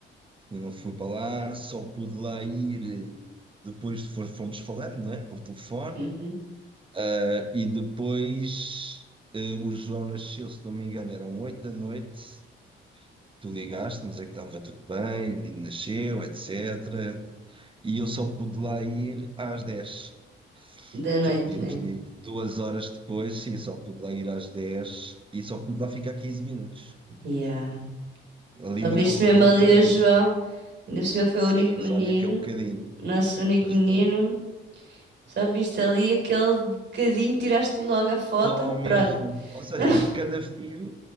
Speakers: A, on the right (about 25°); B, on the right (about 60°).
A: eu não fui para lá, só pude lá ir eh, depois de fo- fomos falando, não é? Por telefone.
B: Uhum.
A: Eh, E depois eh, o João nasceu, se não me engano, eram 8 da noite, tu ligaste, mas é que estava tudo bem, o menino nasceu, etc. E eu só pude lá ir às dez
B: Da noite,
A: Só podíamos
B: né?
A: ir duas horas depois, sim, só pude lá ir às 10 e só pude lá ficar 15 minutos.
B: Yeah.
A: ali
B: Só
A: no
B: viste
A: corredor
B: mesmo ali o
A: e
B: João. Ainda por cima foi
A: sim,
B: o único menino,
A: só naquele bocadinho.
B: nosso único
A: Pois
B: menino.
A: não é.
B: Só viste ali aquele bocadinho, tiraste logo a foto,
A: Só mesmo.
B: pronto.
A: Ou seja,
B: <laughs>
A: de cada filho